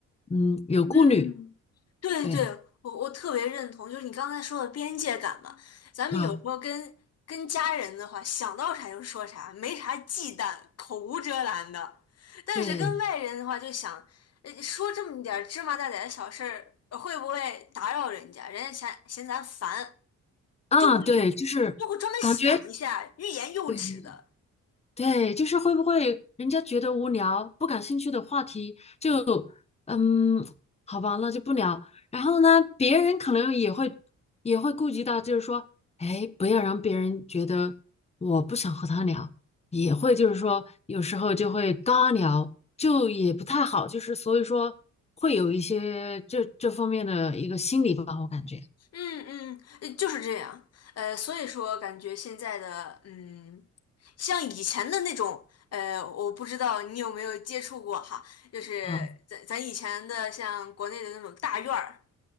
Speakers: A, on the left; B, on the left.
A: 嗯有顾虑，
B: 嗯，对对，
A: 对
B: 我我特别认同，就是你刚才说的边界感嘛，咱们有时候跟跟家人的话，
A: 啊
B: 想到啥就说啥，没啥忌惮，口无遮拦的。但是跟外人的话，
A: 对
B: 就想呃说这么点儿芝麻大点儿的小事儿，会不会打扰人家？人家嫌嫌咱烦，
A: 啊对，
B: 就会有
A: 就是感觉。
B: 就会专门想一下，欲言又止的。
A: 对对，就是会不会人家觉得无聊、不感兴趣的话题就，嗯，好吧，那就不聊。然后呢，别人可能也会也会顾及到，就是说，哎，不要让别人觉得我不想和他聊，也会就是说，有时候就会尬聊，就也不太好，就是所以说会有一些这这方面的一个心理吧，我感觉
B: 嗯嗯，呃就是这样。呃，所以说感觉现在的嗯，像以前的那种，呃，我不知道你有没有接触过哈，就是咱咱以前的像国内的那种大院儿，
A: 啊